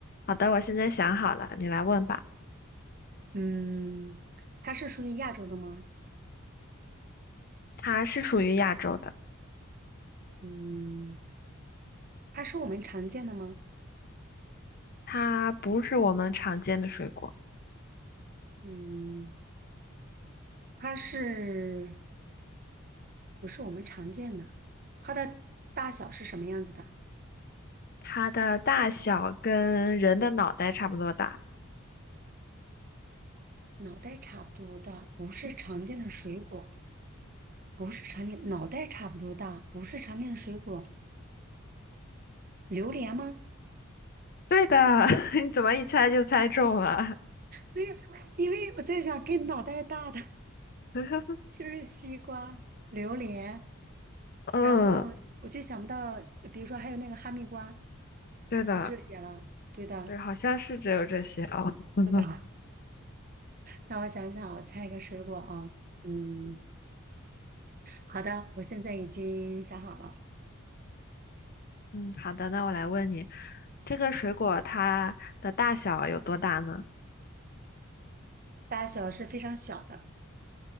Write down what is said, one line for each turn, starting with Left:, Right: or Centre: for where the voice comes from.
Left: 好的，我现在想好了，你来问吧。
Right: 嗯，它是属于亚洲的吗？
Left: 它是属于亚洲的，
Right: 嗯，它是我们常见的吗？
Left: 它不是我们常见的水果，
Right: 嗯，它是不是我们常见的？它的大小是什么样子的？
Left: 它的大小跟人的脑袋差不多大。
Right: 脑袋差不多大，不是常见的水果，不是常见，脑袋差不多大，不是常见的水果。榴莲吗？
Left: 对的，<laughs> 你怎么一猜就猜中了？
Right: 没有，因为我在想跟脑袋大的
Left: <laughs>
Right: 就是西瓜、榴莲，
Left: 嗯，
Right: 然后我就想不到，比如说还有那个哈密瓜，
Left: 对的，
Right: 就这些了。对的，
Left: 对，好像是只有这些哦。<laughs>
Right: 对的。<laughs> 那我想想，我猜一个水果啊，嗯，好的，我现在已经想好了，
Left: 嗯，好的，那我来问你，这个水果它的大小有多大呢？
Right: 大小是非常小的，